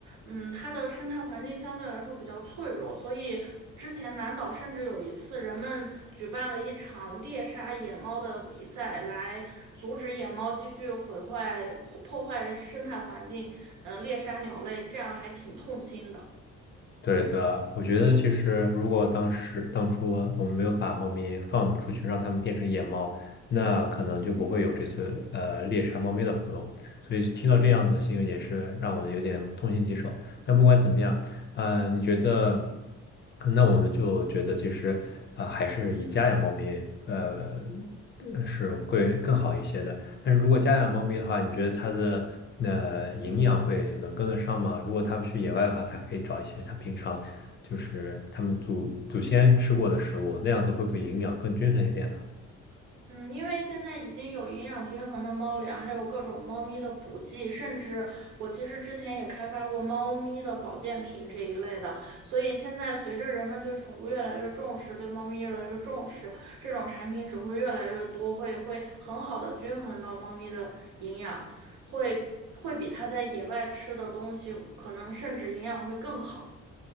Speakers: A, on the right; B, on the left.
A: 嗯，它的生态环境相对来说比较脆弱，所以之前南岛甚至有一次，人们举办了一场猎杀野猫的比赛，来阻止野猫继续毁坏、破破坏生态环境，嗯、猎杀鸟类，这样还挺痛心的。
B: 对的，我觉得其实如果当时当初我们没有把猫咪放出去，让它们变成野猫，那可能就不会有这次呃猎杀猫咪的活动。所以听到这样子的新闻也是让我有点痛心疾首。但不管怎么样，呃，你觉得，那我们就觉得其实啊、呃还是以家养猫咪呃是会更好一些的。但是如果家养猫咪的话，你觉得它的呃营养会能跟得上吗？如果它们去野外的话，它可以找一些它平常就是它们祖祖先吃过的食物，那样子会不会营养更均衡一点呢？
A: 嗯，因为现在已经有营养均衡的猫粮，还有各种猫咪的补剂，甚至我其实之前也开发过猫咪的保健品这一类的。所以现在随着人们对宠物越来越重视，对猫咪越来越重视，这种产品只会越来越多，会会很好的均衡到猫咪的营养，会会比它在野外吃的东西可能甚至营养会更好，